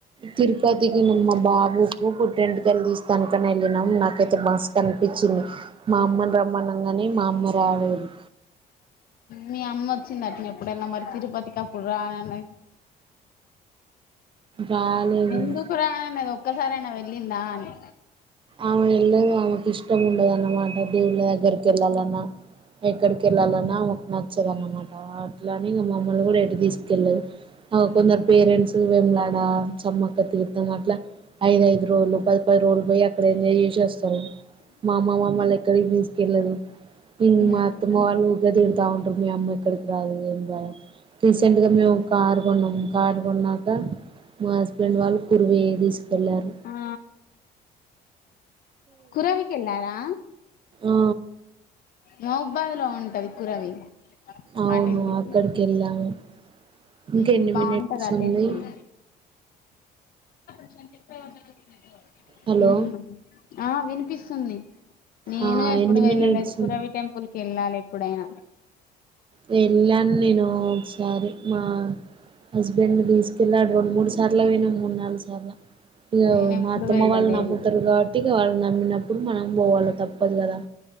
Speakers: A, on the right; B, on the left.
A: తిరుపతికి మా బాబుకు పుట్టే వెంట్ తీస్తానుకని వెళ్ళినాం నాకైతే బా కనిపించింది మా అమ్మని రమ్మన్నంగానే మా అమ్మ రాలేదు
B: మీ అమ్మ వచ్చిందట్న ఎప్పుడైనా మరి తిరుపతికి అప్పుడు రాననే
A: రాలేదు
B: ఎందుకు రా <unintelligible> ఒక్కసారైనా వెళ్ళిందా అని
A: ఆమె వెళ్ళదు ఆమెకు ఇష్టం ఉండదున్నమాట దేవుళ్ళ దగ్గరికి వెళ్ళాలన్నా, ఎక్కడికి వెళ్ళాలన్నా ఆమెకు నచ్చదున్నమాట, అట్లానే ఇంకా మమ్మల్ని కూడా ఎటు తీసుకెళ్ళదు ఆ కొందరు పేరెంట్స్ వెములాడా చమ్మక్క తీర్తాం అట్లా, ఐదఐదు రోజులు పది పది రోజులు పోయి అక్కడ ఎంజాయ్ చేస్ మా అమ్మ మామాలేక్కడికి యెల్లదు మ్మ్
B: ఉమ్,
A: మా అత్తమ్మ వాళ్ళు ఉగాది తాగుటం మీ అమ్మక్ రాదు ఏం రాదు రీసెంట్గా మేము కారు కొన్నాం కార్ కొన్నాక మా హస్బెండ్ వాళ్ళు కురువై తీసుకెళ్ళారు.
B: ఆ కురవికెల్లారా
A: ఆ
B: రావ్బాదు లో ఉంటది కురవి
A: అవును
B: ఆ టెంపుల్
A: అక్కడికి
B: కి
A: వెళ్ళాము. ఇంక
B: ఉమ్,
A: ఎన్ని
B: బాగుంటది
A: మినిట్స్
B: ఆ
A: ఉంది.
B: టెంపుల్ <inaudible>
A: హలో
B: ఉమ్, ఆ వినిపిస్తుంది. నేను
A: ఆ
B: ఎప్పుడు
A: ఎన్ని
B: వెళ్ళలేదు
A: మినిట్స్
B: కురవి టెంపుల్ కి వెళ్ళాలి ఎప్పుడైనా
A: వెళ్ళాను నేను ఒకసారి మా హస్బెండ్ తీసుకెళ్ళాడు రెండు మూడుసార్ల వేనం మూడు నాలుగు సార్ల ఇగా
B: నేను ఎప్పుడు
A: మా అత్తమ్మ
B: వెళ్ళలేదు
A: వాళ్ళు నమ్ముతరు కాబట్టి ఇగ వాళ్ళ నమ్మినప్పుడు మనం పోవాల తప్పదు గ దా